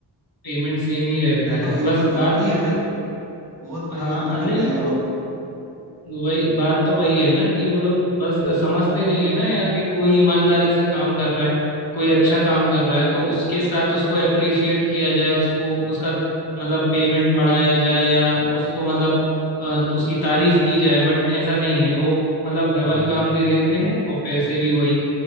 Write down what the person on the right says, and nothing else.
ये
तो ये
तो गलती
है भाई
बहुत बड़ी
गलती कर
रहे हैं वो लोग
हाँ